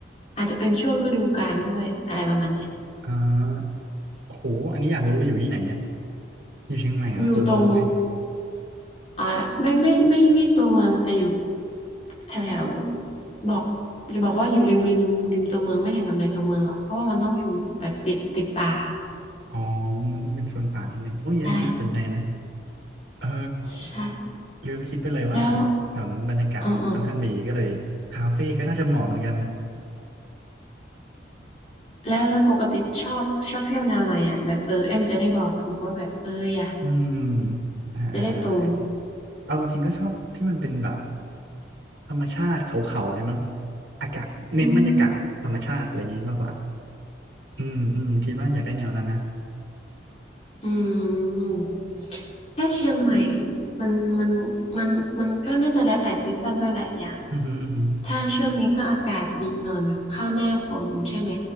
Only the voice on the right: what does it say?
อ่าโหอันนี้อยากรู้เลยอยู่ที่ไหนเนี่ยอยู่เชียงใหม่เหรอตัวเมืองไหม
อ๋อมันต้องเป็นโซนป่านิดนึงโอ้ยอันนี้น่าสนใจนะ
เออ
ลืมคิดไปเลยว่าแถวนั้นบรรยากาศค่อนข้างดีก็เลยคาเฟ่ก็น่าจะเหมาะเหมือนกัน
อืมอ่าอ่าอ่าได้
เอาจริงๆก็ชอบที่มันเป็นแบบธรรมชาติเขาๆเลยมั้งอากาศเน้นบรรยากาศธรรมชาติอะไรอย่างนี้มากกว่า
อืมอืมคิดว่าอยากได้แนวนั้นนะ
อือฮึอือฮึ